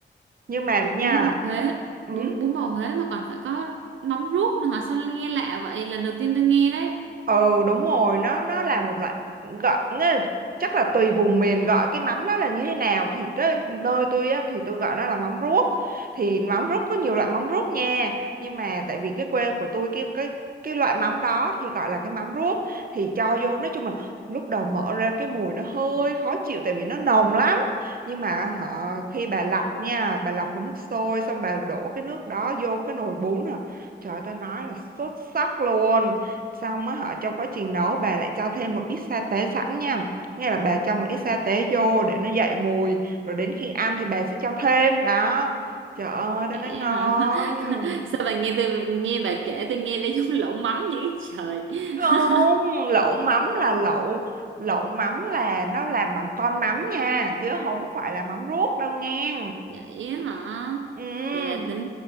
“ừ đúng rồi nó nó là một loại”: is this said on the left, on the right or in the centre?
Right